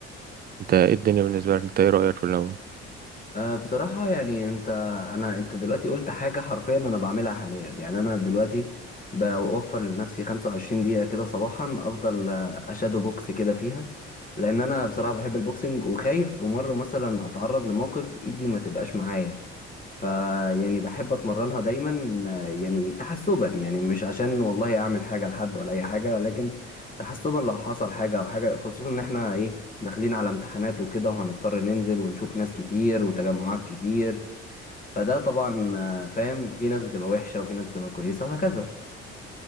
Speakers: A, on the right; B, on the left.
A: انت ايه الدنيا بالنسبه لك انت ايه رايك في الاول
B: أه بصراحة يعني انت انا انت دلوقتي قلت حاجة حرفيا انا بعملها حاليا يعني انا دلوقتي بوفر لنفسي 25 دقيقة كده صباحا افضل آه، اشادو بوكس كده فيها لان انا بصراحة بحب البوكسنج وخايف في مرة مثلا اتعرض لموقف ايدي ما تبقاش معايا فيعني بحب اتمرنها دايما آه، يعني تحسبا يعني مش عشان والله اعمل حاجه لحد ولا اي حاجه ولكن تحسبا لو حصل حاجه او حاجه خصوصا ان احنا ايه داخلين على امتحانات وكده وهنضطر ننزل ونشوف ناس كتير وتجمعات كتير فده طبعا آه، فاهم في ناس بتبقى وحشه وفي ناس بتبقى كويسه وهكذا